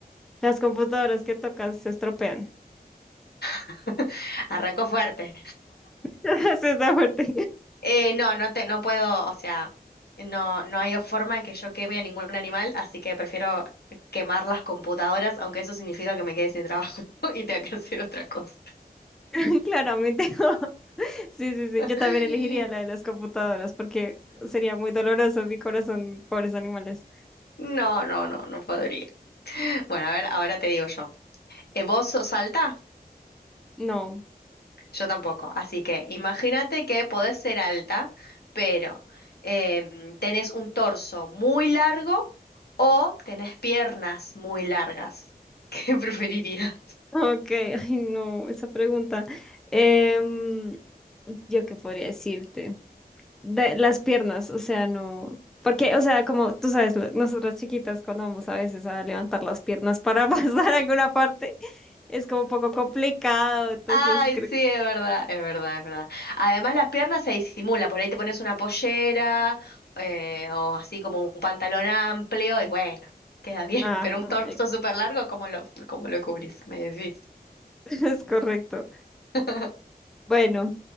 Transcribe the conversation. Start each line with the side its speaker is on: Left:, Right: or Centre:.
Centre: las computadoras que tocas se estropean?
Left: <laughs> arrancó fuerte.
Centre: <laughs> Así está fuerte.
Left: Eh, no, no te, no puedo, o sea, no, no hay forma que yo queme a ningún animal, así que prefiero quemar las computadoras, aunque eso significa que me quede sin trabajo <laughs> y tenga que hacer otra cosa.
Centre: <laughs> Claramente. <laughs> Sí, sí, sí.
Left: <laughs>
Centre: Yo también elegiría la de las computadoras porque sería muy doloroso mi corazón, pobres animales.
Left: No, no, no, no podría. Bueno, a ver, ahora te digo yo. Eh, ¿vos sos alta?
Centre: No.
Left: Yo tampoco. Así que imagínate que podés ser alta, pero em, tenés un torso muy largo o tenés piernas muy largas. <laughs> ¿Qué preferirías?
Centre: Ok, <laughs> ay, no, esa pregunta. Em, ¿yo qué podría decirte? de las piernas, o sea, no, porque, o sea, como tú sabes, lo- nosotras chiquitas cuando vamos a veces a levantar las piernas para <laughs> pasar a alguna parte, es como un poco complicado, entonces,
Left: Ay,
Centre: creo-
Left: sí, es verdad, es verdad, es verdad. Además, las piernas se disimula, por ahí te pones una pollera eh, o así como un pantalón amplio y bueno, queda bien,
Centre: ajá,
Left: <laughs> pero un torso
Centre: eh,
Left: súper largo, ¿cómo lo, cómo lo cubrís? Medio difícil.
Centre: <laughs> es correcto.
Left: <laughs>
Centre: Bueno,